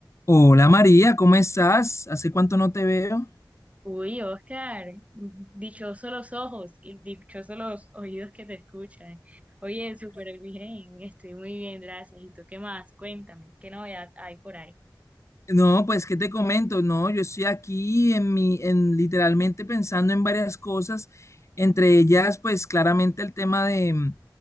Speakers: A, on the left (about 40°); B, on the right (about 15°).
A: Hola María, ¿cómo estás? ¿Hace cuánto no te veo?
B: Uy, Oscar, dichosos los ojos y dichosos los oídos que te escuchan. Oye, súper bien, estoy muy bien, gracias. ¿Y tú qué más? Cuéntame, ¿qué novedad hay por ahí?
A: No, pues qué te comento, no, yo estoy aquí en mi, en literalmente pensando en varias cosas, entre ellas, pues claramente el tema de,